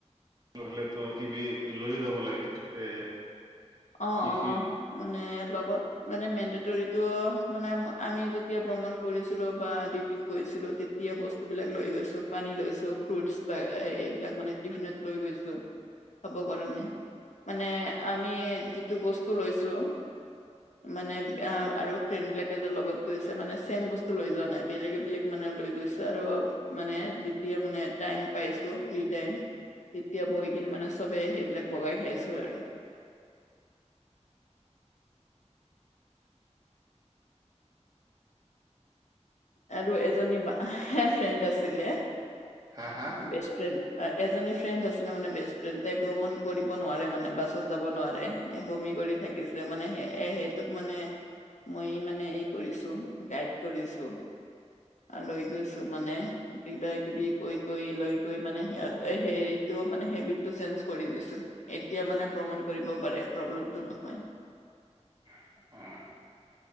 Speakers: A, on the right (about 30°); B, on the left (about 80°).
A: হলে ত' কিবি লৈয়ে যাব লাগে। তে
B: অ,
A: কি
B: অ।
A: কি
B: মানে লগত মানে মেণ্ডতৰিটো মানে আম আমি যেতিয়া ভ্ৰমণ কৰিছিলো বা ডিউটিত গৈছিলো। তে <unintelligible> বস্তুবিলাক লৈ গৈছো, পানী লৈছো, ফ্ৰুটছ বা এইবিলাক মানে টিফিনত লৈ গৈছো। খাব কাৰণে, মানে আমি যিটো বস্তু লৈছো। মানে আৰু ফ্ৰেণ্ড বিলাকে যে লগত গৈছে, মানে চেম বস্তু লৈ যোৱা নাই। বেলেগে বেলেগ মানে লৈ গৈছো আৰু মানে যেতিয়া মানে টাইম পাইছো, ফ্ৰী টাইম। তেতিয়া বহি কিনে মানে চবে সেইবিলাক বগাই খাইছো আৰু। আৰু এজনী বা ফ্ৰেণ্ড আছিলে।
A: হা হা
B: বেষ্ট ফ্ৰেণ্ড। আ এজনী ফ্ৰেণ্ড আছিলে মানে বেষ্ট ফ্ৰেণ্ড। তাই ভ্ৰমণ কৰিব নোৱাৰে মানে, বাছত যাব নোৱাৰে। বমি কৰি থাকিছে মানে। সে এ সেইটোক মানে, মই মানে এই কৰিছো, গাইড কৰিছো। লৈ গৈছো মানে। কিবা কিবি কৈ কৈ লৈ গৈ মানে সিহঁত হেৰিটো মানে সেইবি টো ছেঞ্জ কৰি দিছো। এতিয়া মানে ভ্ৰমণ কৰিব পাৰে, প্ৰব্লেমটো নহয়।
A: <unintelligible>